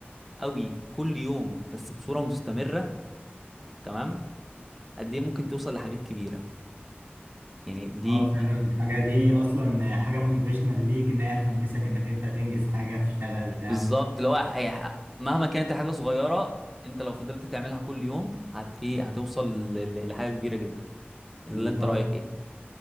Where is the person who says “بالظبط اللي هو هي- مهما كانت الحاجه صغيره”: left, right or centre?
Centre